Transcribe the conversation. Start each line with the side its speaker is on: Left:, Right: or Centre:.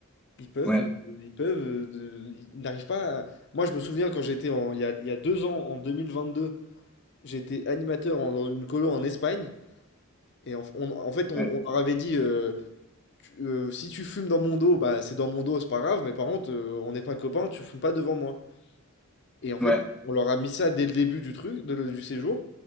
Left: Ils peuvent,
Centre: Ouais,
Left: euh, ils peuvent, euh, de- ils n'arrivent pas à- Moi, je me souviens quand j'étais en, il y a, il y a deux ans, en 2022, j'étais animateur en- dans une colo en Espagne. Et en, on- en fait, on,
Centre: ouais,
Left: on leur avait dit. euh, tu- euh, si tu fumes dans mon dos, bah c'est dans mon dos, c'est pas grave, mais par contre, euh, on n'est pas copains, tu fumes pas devant moi. Et en fait,
Centre: ouais,
Left: on leur a mis ça dès le début du truc, de le- du séjour,